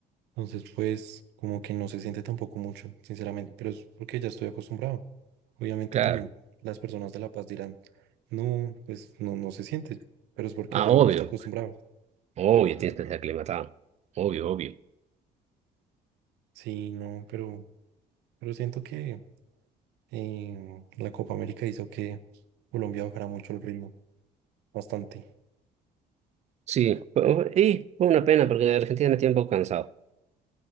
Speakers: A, on the right; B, on the right.
A: Entonces, pues como que no se siente tampoco mucho, sinceramente, pero es porque ya estoy acostumbrado. Obviamente
B: Claro.
A: también las personas de La Paz dirán, no, pues no, no se siente, pero es porque
B: Ah,
A: ya
B: obvio,
A: uno está acostumbrado.
B: obvio, tienes que ser aclimatado. Obvio, obvio.
A: Sí, no, pero, pero siento que eh, la Copa América hizo que Colombia bajara mucho el ritmo, bastante.
B: Sí, fue- y fue una pena porque Argentina me tiene un poco cansado.